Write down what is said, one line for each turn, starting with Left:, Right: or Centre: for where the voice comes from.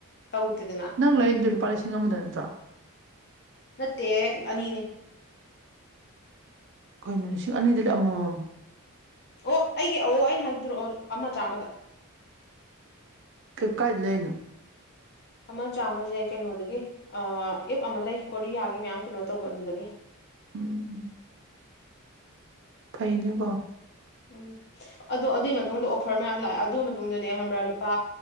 Left: ꯇꯧꯗꯦꯗꯅ
Right: ꯅꯪ ꯂꯩꯔꯤꯗ ꯂꯨꯄꯥ ꯂꯤꯁꯤꯡ ꯑꯃꯗ ꯅꯠꯇ꯭ꯔꯣ
Left: ꯅꯠꯇꯦ ꯑꯅꯤꯅꯦ
Right: ꯑꯩꯈꯣꯏꯅ ꯂꯤꯁꯤꯡ ꯑꯅꯤꯗꯨꯗꯤ ꯑꯃꯃꯝ
Left: ꯑꯣ ꯑꯩꯒꯤ ꯑ ꯑꯩꯅ ꯍꯥꯏꯕꯤꯔꯛꯑꯣ ꯑꯃ ꯆꯥꯝꯃꯗ
Right: ꯀꯩ ꯀꯥꯏꯗ ꯂꯩꯅꯣ
Left: ꯑꯃ ꯆꯥꯝꯃꯁꯦ ꯀꯩꯅꯣꯗꯒꯤ ꯑꯦꯞ ꯑꯃ ꯂꯩ ꯀꯣꯔꯤꯌꯥꯒꯤ ꯃꯌꯥꯝ ꯀꯩꯅꯣ ꯇꯧꯕ ꯑꯗꯨꯗꯒꯤ
Right: ꯎꯝ ꯐꯩꯅꯤꯀꯣ
Left: ꯎꯝ ꯑꯗꯣ ꯑꯗꯨꯒꯤ ꯃꯇꯨꯡꯗ ꯑꯣꯐꯔ ꯃꯌꯥꯝ ꯂꯥꯛꯑꯦ ꯑꯗꯨꯒꯤ ꯃꯇꯨꯡꯗꯅꯦ ꯈꯕ꯭ꯔꯥ ꯂꯨꯄꯥ